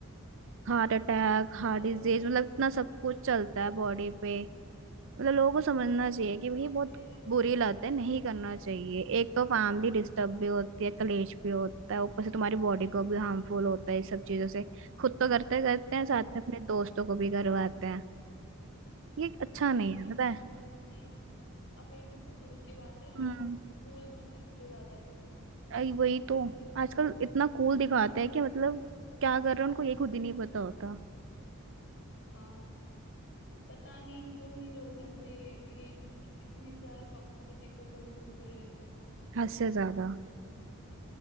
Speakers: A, on the right (about 60°); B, on the left (about 60°).
A: हार्ट अटैक हार्ट
B: अवेयरनेस
A: डिजीज मतलब इतना सब कुछ चलता है बॉडी पे मतलब लोगों को समझना चाहिए कि भाई
B: अवेयर
A: बहुत बुरी लत है नहीं करना चाहिए एक तो फैमिली डिस्टर्ब भी होती है कलेश भी होता है ऊपर से तुम्हारी बॉडी को भी हार्मफुल होता है इस सब चीजों से खुद तो करते करते हैं साथ में अपने दोस्तों को भी करवाते हैं ये अच्छा नहीं
B: अवेयरनेस
A: है पता है
B: तो दूर की अवेयरनेस तो दूर की बात है लोग
A: हम्म
B: फूल बनने के लिए ज्यादा पीते हैं
A: आई वही तो आजकल इतना कूल दिखाते हैं कि मतलब क्या कर रहे हैं उनको ये खुद ही नहीं पता होता
B: हाँ पता नहीं क्यों ही लोग ऐसे ये इतनी ज्यादा टॉक्सिसिटी को कंज्यूम कर लेते हैं
A: हद से ज्यादा